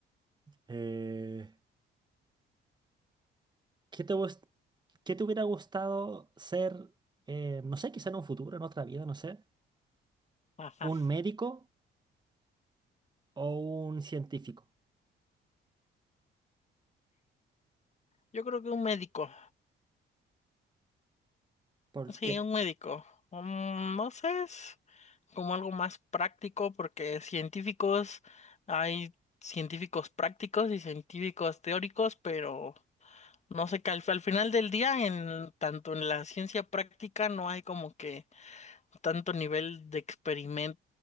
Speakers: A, on the right; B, on the left.
A: eh, ¿qué te, gust- qué te hubiera gustado ser, eh, no sé, quizá en un futuro, en otra vida, no sé,
B: Ajá.
A: un médico o un científico?
B: Yo creo que un médico,
A: ¿Por
B: sí,
A: qué?
B: un médico. Mm, no sé, es como algo más práctico porque científicos, hay científicos prácticos y científicos teóricos, pero no sé que al, al final del día, en, tanto en la ciencia práctica no hay como que tanto nivel de experimento